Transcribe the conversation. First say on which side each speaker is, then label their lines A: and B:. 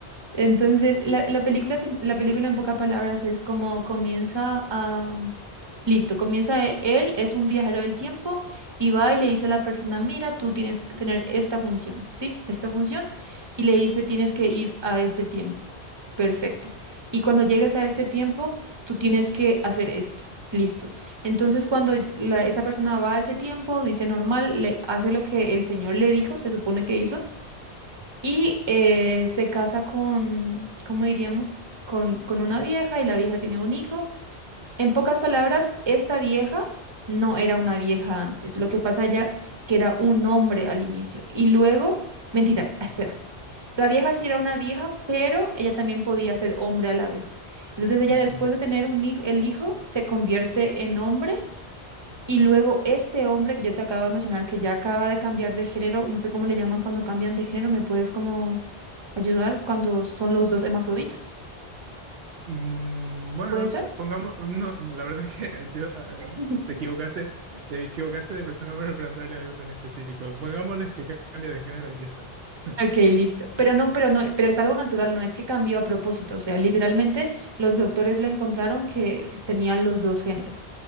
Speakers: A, on the right (about 25°); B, on the right (about 65°).
A: Entonces, la, la película, se- la película en pocas palabras es como comienza a... Listo, comienza e- él, es un viajero del tiempo y va y le dice a la persona, mira, tú tienes que tener esta función, ¿sí? Esta función. Y le dice, tienes que ir a este tiempo. Perfecto. Y cuando llegues a este tiempo, tú tienes que hacer esto. Listo. Entonces, cuando la- esa persona va a ese tiempo, dice normal, le hace lo que el señor le dijo, se supone que hizo. Y eh, se casa con, ¿cómo diríamos? Con, con una vieja y la vieja tiene un hijo. En pocas palabras, esta vieja no era una vieja antes. Lo que pasa ella que era un hombre al inicio. Y luego, mentira, <laughs> ah, espera. La vieja sí era una vieja, pero ella también podía ser hombre a la vez. Entonces ella
B: Ok.
A: después de tener un hijo, el hijo se convierte en hombre y luego este hombre que yo te acabo de mencionar, que ya acaba de cambiar de género, no sé cómo le llaman cuando cambian de género, ¿me puedes como ayudar cuando son los dos hermafroditas?
B: Mm, Bueno,
A: ¿Puede
B: s-
A: ser?
B: pongamos, no, la verdad <laughs> es que yo ah,
A: <laughs>
B: te equivocaste, te equivocaste de persona para preguntarle algo tan específico. Pongámosles que ca- cambie de género y ya está. <laughs>
A: Ok, listo. Pero no, pero no, pero es algo natural, no es que cambió a propósito. O sea, literalmente los doctores le encontraron que tenían los dos géneros.